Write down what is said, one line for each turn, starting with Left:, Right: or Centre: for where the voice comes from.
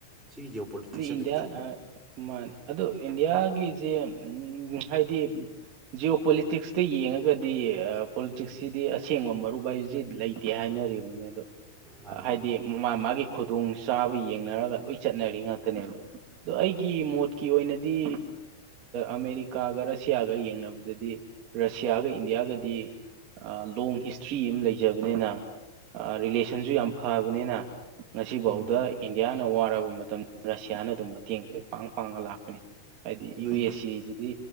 Centre: ꯁꯤꯒꯤ ꯖꯤꯑꯣ ꯄꯣꯂꯤꯇꯤꯛꯁ ꯑꯝꯗ
Right: ꯏꯟꯗꯤꯌꯥ
Centre: ꯈꯤꯇꯪ
Right: ꯃꯥꯅꯦ ꯑꯗꯣ ꯏꯟꯗꯤꯌꯥꯒꯤꯁꯤ ꯎꯝ ꯍꯥꯏꯗꯤ ꯖꯤꯑꯣ ꯄꯣꯂꯤꯇꯤꯛꯁꯇ ꯌꯦꯡꯉꯒꯗꯤ ꯄꯣꯂꯤꯇꯤꯛꯁꯁꯤꯗꯤ ꯑꯁꯦꯡꯕ ꯃꯔꯨꯞ ꯍꯥꯏꯖꯤ ꯂꯩꯇꯦ ꯍꯥꯏꯅꯤ ꯍꯥꯏꯅꯤ
Centre: ꯃꯥꯅꯤ
Right: ꯑ ꯍꯥꯏꯗꯤ
Centre: ꯃꯥꯅꯤ
Right: ꯃꯥ ꯃꯥꯒꯤ ꯈꯨꯗꯣꯡ ꯆꯕ ꯌꯦꯡꯅꯔꯒ ꯂꯣꯏ ꯆꯠꯅꯔꯤ ꯉꯥꯛꯇꯅꯦꯕ ꯑꯗꯣ ꯑꯩꯒꯤ ꯃꯣꯠꯀꯤ ꯑꯣꯏꯅꯗꯤ ꯑꯃꯦꯔꯤꯀꯥꯒꯔ ꯔꯁꯤꯌꯥꯒ ꯌꯦꯡꯅꯕꯗꯗꯤ ꯔꯁꯤꯌꯥꯒ ꯏꯟꯗꯤꯌꯥꯒꯗꯤ ꯂꯣꯡ ꯍꯤꯁꯇ꯭ꯔꯤ ꯑꯃ ꯂꯩꯖꯕꯅꯤꯅ ꯔꯤꯂꯦꯁꯟꯁꯨ ꯌꯥꯝ ꯐꯕꯅꯤꯅ ꯉꯁꯤꯐꯥꯎꯗ
Centre: ꯎꯝ
Right: ꯏꯟꯗꯤꯌꯥꯅ ꯋꯥꯔꯕ ꯃꯇꯝ ꯔꯁꯤꯌꯥꯅ ꯑꯗꯨꯝ ꯃꯇꯦꯡ ꯂꯣꯏ ꯄꯥꯡ ꯄꯥꯡꯉ ꯂꯥꯛꯄꯅꯤ ꯍꯥꯏꯗꯤ
Centre: ꯑꯗꯣ
Right: ꯌꯨ ꯑꯦꯁ ꯁꯤꯁꯤꯗꯤ